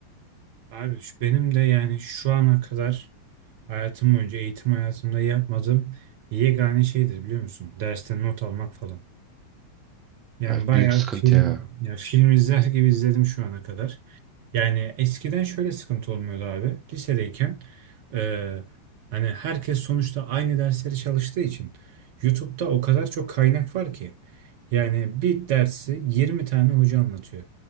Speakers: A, on the right (about 50°); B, on the right (about 30°).
A: Abi şu- benim de yani şu ana kadar hayatım boyunca eğitim hayatımda yapmadığım yegane şeydir biliyor musun? Dersten not almak falan. Yani
B: Evet,
A: bayağı
B: büyük sıkıntı
A: film
B: ya.
A: ya film izler gibi izledim şu ana kadar. Yani eskiden şöyle sıkıntı olmuyordu abi. Lisedeyken e, hani herkes sonuçta aynı dersleri çalıştığı için YouTube'da o kadar çok kaynak var ki. Yani bir dersi 20 tane hoca anlatıyor.